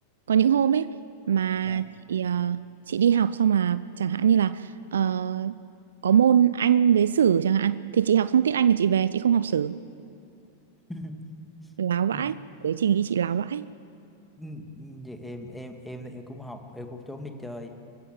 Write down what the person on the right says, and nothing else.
có những hôm ấy mà
chị ờ, chị đi học xong mà chẳng hạn như là ờ, có môn Anh với sử chẳng hạn thì chị học xong tiết Anh thì chị về chị không học sử
láo vãi
đấy chị nghĩ chị láo vãi